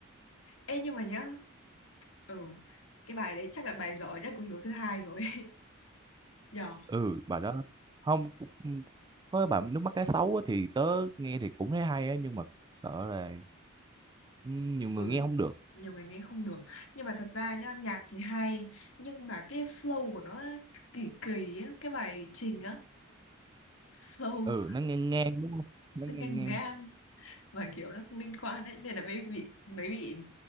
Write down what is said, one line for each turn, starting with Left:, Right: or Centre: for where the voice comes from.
Left: Ê nhưng mà nhá, ừ, cái bài đấy chắc là bài giỏi nhất của Hiếu thứ hai rồi. <laughs> Nhở?
Right: ừ bà đó không cũng- có cái bạn nước mắt cá sấu á, thì tớ nghe thì cũng thấy hay á nhưng mà sợ là ừ, nhiều người
Left: ừ
Right: nghe không được
Left: nhiều người nghe không được nhưng mà thật ra nhá nhạc thì hay nhưng mà cái flow của nó kỳ kỳ á cái bài trình á flow
Right: ừ nó ngang ngang đúng không nó
Left: nó
Right: ngang
Left: ngang
Right: ngang
Left: ngang mà kiểu nó không liên quan đấy nên là mới bị mới bị